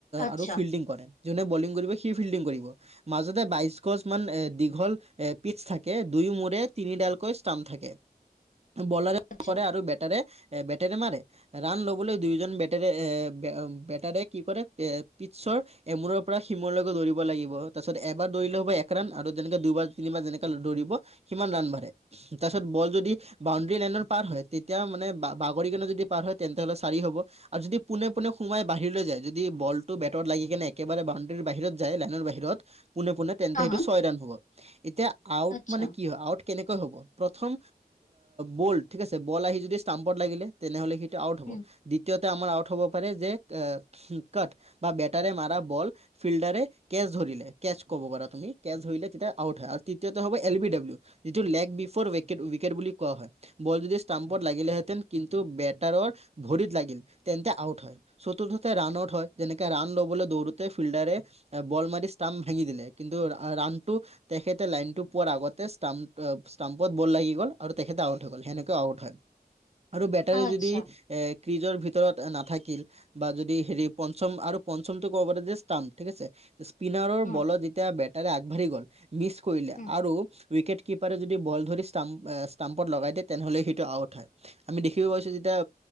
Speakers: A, on the left (about 50°); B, on the right (about 40°).
A: আচ্ছা,
B: আৰু ফিল্ডিং কৰে জোনে বলদিং কৰিবৰ সি ফিল্ডিং কৰিব। মাজতে বাইশ গছ মান এ দীঘল এ পিটছ থাকে দুই মোৰে তিনিডালকৈ ষ্টাম্প থাকে। বলাৰে
A: আচ্ছা।
B: কৰে আৰু বে তাৰে এ বেটেৰে মাৰে। ৰাণ ল'বলৈ দুয়োজন বেটাৰে এ বেটাৰে কি কৰে পিটছৰ এমূৰ পৰা শিমূলৈকে দৌৰিব লাগিব তাৰপিছত এবাৰ দৌৰিলে হ'ব এক ৰাণ আৰু যেনেকে দুবাৰ তিনিবাৰ যেনেককা দৌৰিব। সিমান ৰাণ বাঢ়াৰে তাৰ পিছত বল যদি বাউণ্ডৰী লাইনত পাৰ হয়, তেতিয়া মানে বা-বাগৰিকণা যদি পাৰ হয় তেন্তে হ'লে চাৰি হ'ব। আৰু যদি পোনে পোনে সোমাই বাহিৰলৈ যায় যদি বলটো বেটত লাগি কেনে একেবাৰে বাউণ্ডৰ বাহিৰত যায় লাইনৰ বাহিৰত পোনে পোনে তেন্তে
A: হা
B: সেইটো
A: হা।
B: ছয় ৰাণ হ'ব, এতিয়া আউট
A: আচ্ছা।
B: মানে কি হয় আউট কেনেকৈ হ'ব প্ৰথম বল ঠিক আছে বল আহি যদি ষ্টাম্পত লাগিলে তেনেহ'লে সেই টো আউট হ'ব
A: অ'
B: দ্বিতীয়তে আমাৰ আউট হ'ব পাৰে যে কাট বা বেটাৰে মাৰা বল ফিল্ডৰে কেচ ধৰিলে কেছ ক'ব পা তুম কেচ ধৰিলে তেতিয়া আউট হয় আৰু তৃতীয়তে হ'ব এল বি ডাব্লিউ। যিটো লেগ বিফ'ৰ উ উইকেট বুলি কোৱা হয় বল যদি ষ্টাম্পত লাগিলেহে তেন কিন্তু বেটাৰৰ ভৰিত লাগিল তেন্তে আউট হয়। চতুৰ্থতে ৰান আউট হয়, যেনেকে ৰান ল'বলৈ দৌৰোতে ফিল্ডাৰে আ, বল মাৰি ষ্টাম্প ভেঙি দিলে কিন্তু ৰাানটো তেখেতে লাইন টো পোৱাৰ আগতে ষ্ট্প ষ্টাম্পত বল লাগি গ'ল আৰু তেখেতে আউট হৈ গ'ল সেনেকুৱে আউট হয়। আৰু বেটাৰে
A: আচ্ছা।
B: যদি এ ক্ৰিজৰ ভিতৰত নাথাকিল। বা যদি হেৰি পঞ্চম আৰু পঞ্চমটো ক'ব পাৰে যে ষ্টাম ঠিক আছে। স্পিনাৰৰ
A: উম,
B: বলত যেতিয়া বেটাৰে আগবাঢ়ি গ'ল মিচ কৰিলে
A: উম,
B: আৰু উইকেট কিপাৰে যদি বল ধৰি ষ্টাম্প ষ্টাম্পত লগাই দিয়ে তেনেহ'লে সেইটো আউট হয়। আমি দেখিব পাইছো যেতিয়া